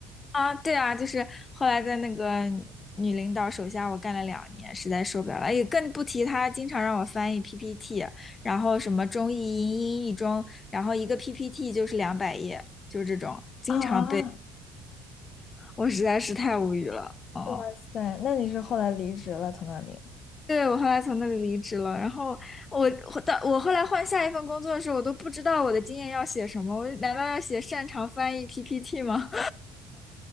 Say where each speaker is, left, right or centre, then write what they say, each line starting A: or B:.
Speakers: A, on the left (about 25°); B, on the left (about 45°).
A: 啊，对啊，就是后来在那个女领导手下，我干了两年，实在受不了了。也更不提她经常让我翻译 PPT，然后什么中译英、英译中，然后一个 PPT 就是两百页，就是这种，经常被，
B: 啊。
A: 我实在是太无语了。哦，
B: 哇塞，那你是后来离职了从那里？
A: 对，我后来从那里离职了，然后我我到我后来换下一份工作的时候，我都不知道我的经验要写什么，我难道要写擅长翻译 PPT 吗？